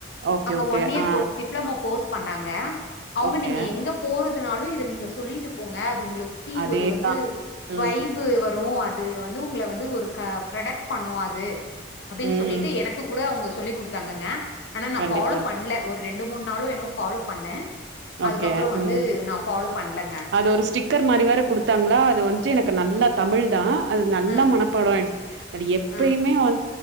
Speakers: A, on the right; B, on the left.
A: ஓகே
B: அங்க
A: ஓகே
B: ஒன் இயர்
A: ஆ
B: கோர்ஸ் டிப்ளமோ கோர்ஸ் பண்ணாங்க அவங்க
A: ஓகே
B: நீங்க எங்க போறது நாலும் இதை நீங்க சொல்லிட்டு போங்க அது உங்ளுக் <unintelligible>
A: அதேதா
B: ஒரு வந்து
A: ம்
B: வைபு வ ரூம் அது வந்து உங்கல வந்து ஒரு கா ப்ரொடக்ட் பண்ணும் அது அப்டின்னு
A: ம்
B: சொல்லிட்டு எனக்கு கூட அவங்க சொல்லி் குடுத்தாங்கங்க ஆனா நான்
A: கண்டிப்பா
B: ஃபாலோ பண்ல ஒரு ரெண்டு மூணு நாளும் எனவோ ஃபாலோ பண்ணேன் அதுக்கப்புறம்
A: ஓகே
B: வந்து
A: ம்
B: நான் ஃபாலோ பண்ணலங்க.
A: அது ஒரு ஸ்டிக்கர் மாரி வேற குடுத்தாங்களா அது வந்துட்டு எனக்கு நல்லா தமிழ் தான் அது நல்ல
B: அ,
A: மனப்பாடம்
B: அ,
A: ஆயிடுச்சு அது எப்பயுமே
B: அ,
A: வா